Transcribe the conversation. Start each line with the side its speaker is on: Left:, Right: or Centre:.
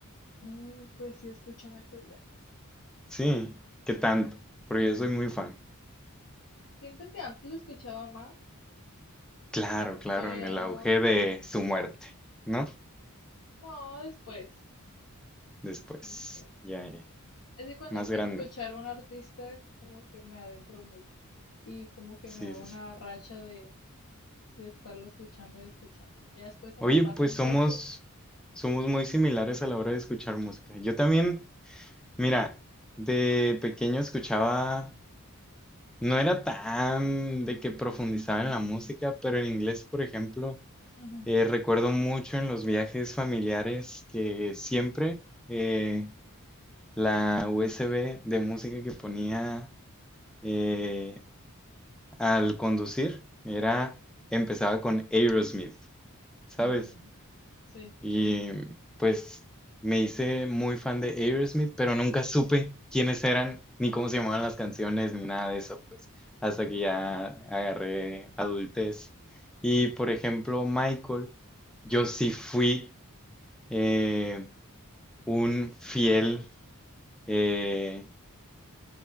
Left: "Mm, pues sí, escucho a Michael Jackson.
Centre: Sí, ¿qué tanto? Porque yo soy muy fan.
Left: Siento que antes lo escuchaba más,
Centre: Claro, claro,
Left: pero
Centre: en el auge de su muerte, ¿no?
Left: no, después.
Centre: Después,
Left: Después.
Centre: ya, ya,
Left: Es que cuando
Centre: más
Left: empiezo
Centre: grande.
Left: a escuchar a un artista, como que me adentro mucho. Y como que
Centre: Sí,
Left: me da
Centre: sí,
Left: una
Centre: sí.
Left: racha de, de estarlo escuchando y escuchando. Ya después se
Centre: Oye,
Left: me pasa
Centre: pues
Left: un
Centre: somos,
Left: poco.
Centre: somos muy similares a la hora de escuchar música. Yo también Mira, de pequeño escuchaba, no era tan de que profundizaba en la música, pero en inglés, por ejemplo,
Left: Ujú.
Centre: eh, recuerdo mucho en los viajes familiares que siempre eh, la USB de música que ponía eh, al conducir era, empezaba con Aerosmith, ¿sabes?
Left: Mm, sí.
Centre: Y pues me hice muy fan de Aerosmith, pero nunca supe quiénes eran, ni cómo se llamaban las canciones, ni nada de eso, pues, hasta que ya agarré adultez. Y por ejemplo, Michael, yo sí fui eh, un fiel, eh,